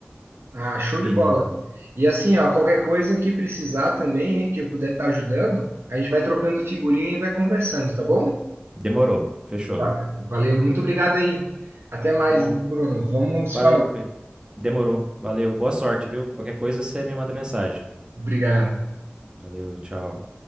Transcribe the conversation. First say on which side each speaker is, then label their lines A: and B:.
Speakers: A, on the right (about 80°); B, on the right (about 20°).
A: Ah, show
B: E
A: de bola. E assim, ó, qualquer coisa que precisar também, hein, que eu puder estar ajudando, a gente vai trocando figurinha e vai conversando, tá bom?
B: demorou, fechou.
A: Va- Valeu, muito obrigado aí. Até mais,
B: Tá bom.
A: Bruno. Vamos
B: Valeu,
A: falando.
B: Pedro. Demorou. Valeu. Boa sorte, viu? Qualquer coisa você me manda mensagem.
A: Obrigado.
B: Valeu, tchau.